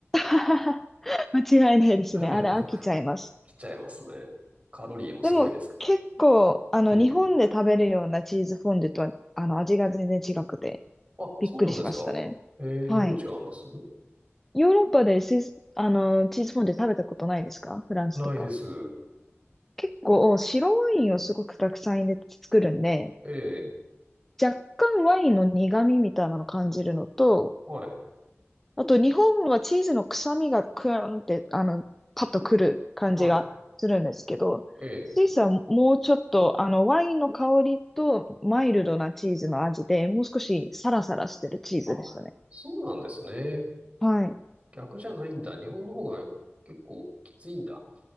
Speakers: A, in the centre; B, on the right.
A: <laughs> 間違いないですね。
B: <laughs>
A: あれ飽きちゃいます。
B: 来ちゃいますね。カロリーもすごいですか
A: でも結構、あの、
B: ら。うん。
A: 日本で食べるようなチーズフォンデュとは、あの、味が全然違くて、
B: あ、そうなんですか。
A: びっくりしましたね。
B: えー、
A: はい。
B: どう違うんです
A: ヨーロッパでスイス、あの、チーズフォンデュ食べたことないですかフランスとか。
B: ないです。
A: 結構、白ワインをすごくたくさん入れて作るんで、
B: ええ、
A: 若干ワインの苦味みたいなのを感じるのと、
B: はい、
A: あと、日本はチーズの臭みがクーンって、あの、パッとくる感じがするんですけど、
B: はい、ええ。
A: スイスはもうちょっと、あの、ワインの香りとマイルドなチーズの味で、もう少しサラサラしてるチーズでしたね。
B: あ、そうなんですね。
A: はい。
B: 逆じゃないんだ。日本の方が結構きついんだ。